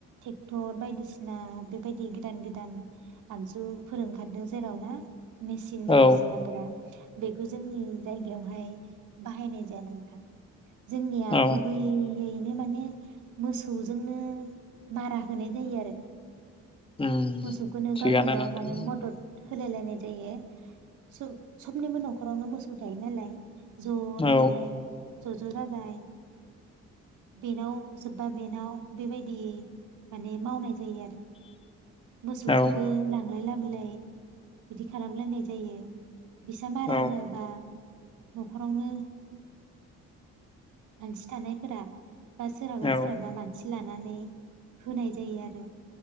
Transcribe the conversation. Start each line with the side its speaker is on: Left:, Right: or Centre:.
Right: टेक टर बायदिसिना बेबायदि गोदान गोदान आगजु फोर ओंखारदों। जेरावना मेसिन बायदिसिनाफोरा
Left: औ
Right: बेखौ जोंनि जायगायावहाय बाहायनाय जाया नोंथां। जोंनिया
Left: औ
Right: गुबैयैनो माने मोसौजोंनो मारा होनाय जायो आरो
Left: उम
Right: मोसौखौनो
Left: थिगानो
Right: गावजों गाव
Left: नोंथां
Right: माने मदद होलाय लायनाय जायो सो सबनिबो न'खरावनो मोसौ थायो नालाय ज'नो
Left: औ
Right: माने ज' ज' जाबाय बेनाव जोबबा बेनाव बेबायदियै माने मावनाय जायो आरो मोसौखौबो
Left: औ
Right: लांलाय लाबोलाय बिदि खालामलायनाय जायो बिसा मारा
Left: औ
Right: होआबा न'खरावनो मानसि थानायफोरा बा सोरहाबा
Left: औ
Right: सोरहाबा मानसि लानानै होनाय जायो आरो